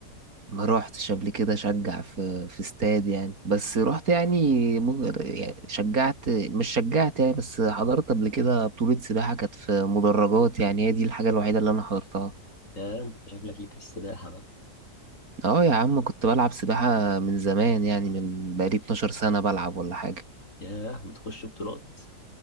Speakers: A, on the right; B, on the left.
A: ما روحتش قبل كده اشجع في في استاد يعني بس رحت يعني مج- يعني شجعت مش شجعت يعني بس حضرت قبل كده بطولة سباحة كانت في مدرجات يعني هي دي الحاجة الوحيدة اللي انا حضرتها
B: يا أنت شكلك ليك في السباحة بقى
A: اه يا عم كنت بلعب سباحة من زمان يعني من بقالي 12 سنة بلعب ولا حاجة
B: ياه وتخش بطولات